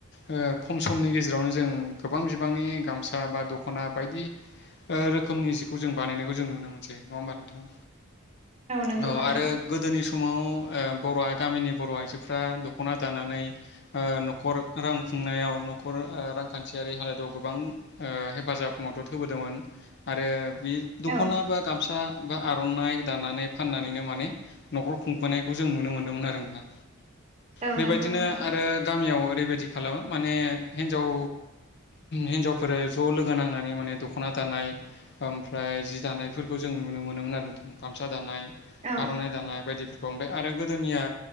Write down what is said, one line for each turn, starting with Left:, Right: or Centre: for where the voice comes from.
Left: ओ खम समनि गेजेरावनो जों गोबां बिबांनि गामसा बा दखना बायदि ओ रोखोमनि जिखौ जों बानायनायखौ जों नुनो मोनसै नंङा होमबा नोंथाङा
Right: नंगौ
Left: औ
Right: नोंथां
Left: आरो गोदोनि समाव ओ बर'आ गामिनि बरआइजोफ्रा दख'ना दानानै ओ न'खर रां खुंनायाव नख न'खर ओ रांखान्थियारि हालोदाव गोबां ओ हेफाजाब मदद होबोदोंमोन आरो बे दख'ना
Right: औ
Left: बा गामसा बा आरनाइ दानानै फाननानैनो माने न'खर खुंबोनायखौ जों नुनो मोन्दोंमोन आरो नोंथां
Right: औ
Left: बेबायदिनो
Right: नंगौ नोंथां
Left: आरो गामियाव ओरैबायदि खालामो माने हिन्जाव हिनजावफोर ज' लोगो नांनानै माने दख'ना दानाय ओमफ्राय जि दानाय बेफोरखौ जों नुनो मोनोमोन आरो नोंथां गामसा दानाय
Right: औ
Left: आर'नाइ दानाय बायदिफोरखौ खौ ओमफाय आरो गोदोनिया